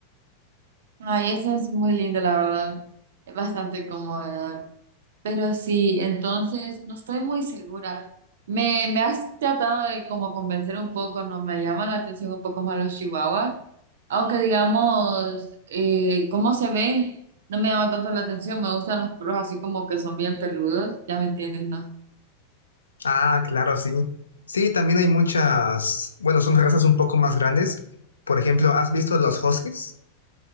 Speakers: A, on the right (about 60°); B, on the left (about 75°).
A: Ay, eso es muy lindo, la verdad. Es bastante cómodo. Pero sí, entonces no estoy muy segura. Me, me has tratado de como convencer un poco, no me llaman la atención un poco más los chihuahuas, aunque digamos, eh, cómo se ven, no me llama tanto la atención, me gustan los perros así como que son bien peludos, ya me entiendes, ¿no?
B: Ah, claro, sí. Sí, también hay muchas, bueno, son razas un poco más grandes. Por ejemplo, ¿has visto los huskies?